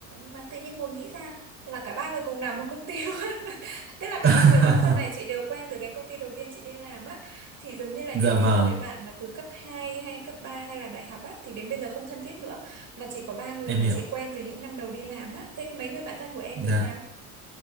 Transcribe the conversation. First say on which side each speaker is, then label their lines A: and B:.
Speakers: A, on the right (about 45°); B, on the right (about 30°).
A: mà tự nhiên ngồi nghĩ ra là cả ba người cùng làm một công ty luôn <laughs> tức là cả
B: <laughs>
A: ba người bạn thân này chị đều quen từ cái công ty đầu tiên chị đi làm á thì giống như là
B: dạ
A: những cái
B: vâng
A: người bạn mà từ cấp 2 hay cấp 3 hay là đại học á thì đến bây giờ không thân thiết nữa mà chỉ có ba người
B: em
A: mà
B: hiểu
A: chị quen từ những năm đầu đi làm á. Thế mấy người bạn thân của em
B: dạ
A: thì sao?